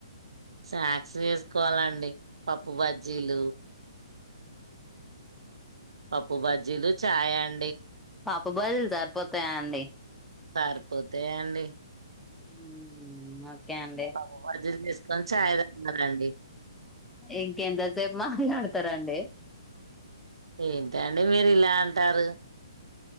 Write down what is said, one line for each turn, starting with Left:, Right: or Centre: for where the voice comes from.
Right: స్నాక్స్ వేసుకోవాలండి పప్పు బజ్జీలు పప్పు బజ్జీలు చాయ్ అండి
Centre: పాప బదులు సరిపోతాయా అండి.
Right: సరిపోతయండి.
Centre: ఉమ్ ఓకే అండి
Right: పప్పు బజ్జీలు చేసుకొని చాయ్ తాగాలండి
Centre: ఇంకెంతసేపు మాట్లాడతరండి
Right: ఏంటండి మీరు ఇలా అంటారు